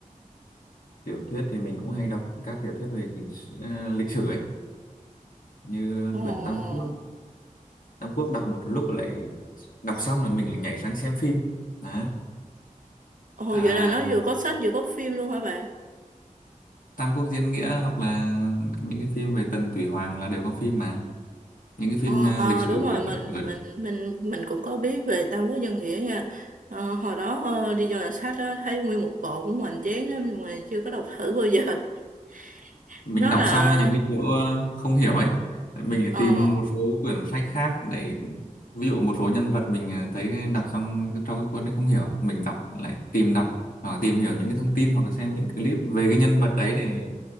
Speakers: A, on the left; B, on the right.
A: tiểu thuyết thì mình cũng hay đọc các tiểu thuyết về chính sử- ờ, lịch sử ấy như
B: Ồ,
A: quyển Tam Quốc Tam Quốc đọc một lúc lại đọc xong là mình lại nhảy sang xem phim Đó.
B: ồ
A: À,
B: vậy là nó vừa có sách vừa có phim luôn hả bạn?
A: Tam Quốc Diễn Nghĩa hoặc là những cái phim về Tần Thủy Hoàng là đều có phim mà Ừ. những cái phim
B: Ờ
A: ờ,
B: ờ,
A: lịch sử
B: đúng rồi
A: ở,
B: mình
A: ở,
B: mình mình mình cũng có biết về Tam Quốc Dân Nghĩa nha. Ờ, hồi đó ờ, đi vô nhà sách á, thấy nguyên một bộ cũng hoành tráng lắm nhưng mà chưa có đọc thử bao giờ. <laughs>
A: mình
B: Nó
A: đọc
B: là
A: xong ấy, những cái chỗ ờ, không hiểu ấy mình lại
B: ờ
A: tìm một số quyển sách khác để ví dụ một số nhân vật mình ờ, thấy đọc xong trong cái cuốn ấy không hiểu mình đọc lại tìm đọc hoặc là tìm hiểu những cái thông tin hoặc là xem những clip về cái nhân vật đấy để